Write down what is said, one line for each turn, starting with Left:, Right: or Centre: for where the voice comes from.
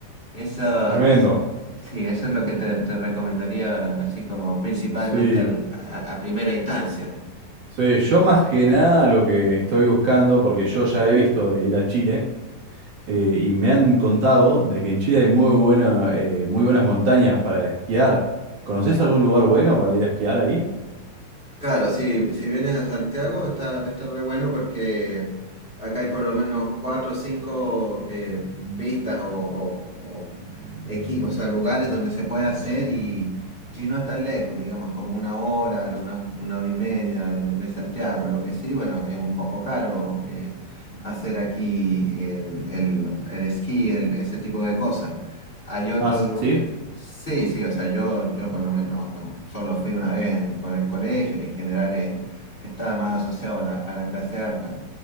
Left: Esa
Right: Tremendo.
Left: es, sí, eso es lo que te, te recomendaría así como principalmente
Right: Sí.
Left: al- a, a primera instancia.
Right: Sí, yo más que nada lo que estoy buscando, porque yo ya he visto de ir a Chile, eh, y me han contado de que en Chile hay muy buena, eh, muy buenas montañas para esquiar. ¿Conoces algún lugar bueno para ir a esquiar ahí?
Left: Claro, si, si vienes a Santiago está, está re bueno porque acá hay por lo menos cuatro o cinco eh, pistas o, o- o equipos, o sea, lugares donde se puede hacer y, y no es tan lejos, digamos, como una hora, lo más, una hora y media de, de Santiago. Lo que sí, bueno, es un poco caro eh, hacer aquí el, el, el esquí, el- ese tipo de cosas. Hay otro
Right: Ah, sí.
Left: lugar. Sí, sí, o sea, yo, yo por lo menos no, no, solo fui una vez por el colegio y en general eh, estaba más asociado a la, a la clase alta.